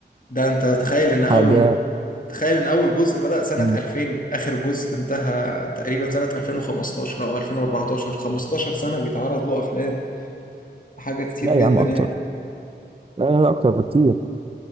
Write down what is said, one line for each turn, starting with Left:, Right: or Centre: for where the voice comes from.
Left: ده انت تخيل ان
Right: حاجة
Left: اول تخيل ان اول جزء بدأ سنة
Right: مم.
Left: 2000 اخر جزء انتهى تقريبا سنة 2015 او 2014 15 سنة بيتعرض له افلام حاجة كتير
Right: لا
Left: جدا
Right: يا عم اكتر
Left: يعني
Right: لا لا لا، اكتر بكتير